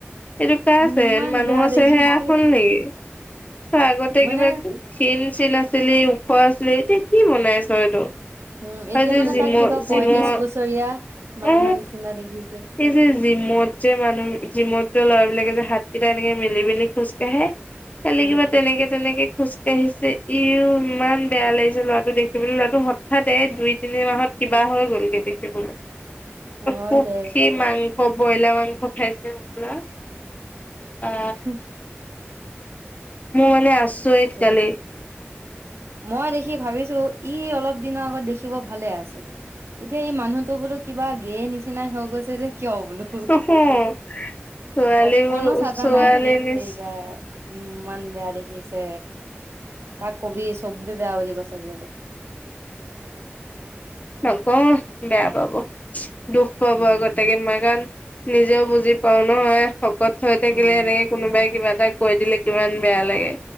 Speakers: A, on the left; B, on the right.
A: কানে <unintelligible> আছে
B: ইমান
A: মানুহৰ
B: বেয়া
A: চেহেৰা
B: দেখিছে
A: হল নেকি ত আগতে
B: মানে
A: কিবা শ্লিম আছিলে ওখ আছিলে এতিয়া কি বনাই আছ এইটো
B: উম, এতিয়া
A: আৰু যে
B: মানে
A: জিমত
B: তাক কিবা
A: জিমত
B: পয়ত্ৰিশ বছৰীয়া মানুহৰ
A: অ
B: নিচিনা দেখিছে।
A: এই যে জিমত যে মানুহ জিমত ল'ৰাবিলাকে যে হাতকেইটা এনেকে মিলি মেলি খোজ কাঢ়ে খালি
B: উম,
A: কিবা তেনেকে তেনেকে খোজকাঢ়িছে ইও ইমান বেয়া লাগিছে ল'ৰাটো দেখিবলৈ ল'ৰাটো হঠাৎ দুই তিনি মাহত কিবা হৈ গ'লগে দেখিবলৈ
B: হয়
A: খুখি
B: দে
A: মং <unintelligible> বইলা মাংস খাইছে হবলা বা
B: হুহ <unintelligible>
A: মই মানে আচৰিত
B: হ'ব।
A: কালি
B: মই দেখি ভাবিছো ই অলপ দিনৰ আগত দেখিব ভালে আছিল। এতিয়া এই মানুহতো বোলো কিবা গেয়ে নিচিনাই হৈ গৈছে যে কিয় বোলো
A: চকু ছোৱালীবোৰ
B: অকণো চাজা
A: ছোৱালী
B: নাই ঢেত
A: নিচ
B: তেৰিকা ইমান বেয়া দেখি দিছে তাক কবি চবে বেয়া বুলি কৈছে বোলে তোক
A: নকওঁ বেয়া পাব দুখ পাব
B: উম,
A: আগতোকে ম গান নিজেও বুজি পাও নহয় শকত থৈ থাকিলে
B: উম।
A: এনেকে কোনোবাই কিবা তাক কৈ দিলে কিমান বেয়া লাগে